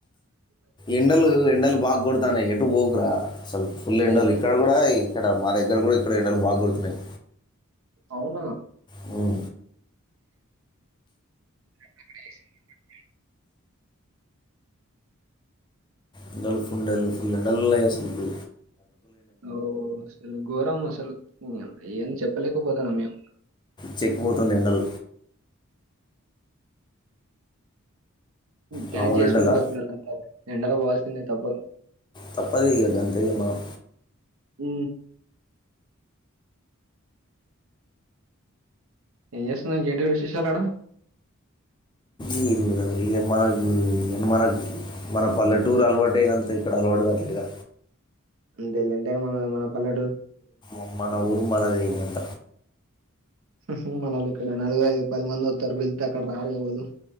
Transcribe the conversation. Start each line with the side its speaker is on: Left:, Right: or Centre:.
Left: ఎండలు ఎండలు వాడతాన ఎటు పోగురా స ఫుల్ ఎండోలు
Right: ఏయ్!
Left: ఇక్కడ కూడా ఇక్కడ మా దగ్గర కూడా ఇక్కడ ఎండలు బాగ కొడుతున్నాయి
Right: అవునా
Left: అవు
Right: <unintelligible>
Left: ఎండలు ఫుల్లుండా ఫుల్ డాయసలుకు
Right: ఓసలు గోరం మసలు ఇ్య ఏం చెప్పలేకపోతునా మేము
Left: చెక్కుపోతుంది ఎండలు
Right: ఇంకా
Left: మామూలు
Right: చేసుకుంటే
Left: ఎండలా
Right: బతుకుడ ఎండలా పోవాల్సిందే తప్ప
Left: తప్పదు ఇక అంతే ఇక మనం
Right: అ ఏం చేస్తుంది ఇంకేంటి విశేషాలడా
Left: ఏ ఇ మనకు మనకు మన పల్లెటూరు అలవాటు అయినంత ఇక్కడ అలవాటు కావట్లేగా
Right: అంతే మన మన పల్లె
Left: ఉ మన ఊరు మనదేదంట
Right: ఉ హూ మనలు ఇక్కడ నలభై ఐదు పది మంది వతారు పిలితే అక్కడ రాలె ఎవరు.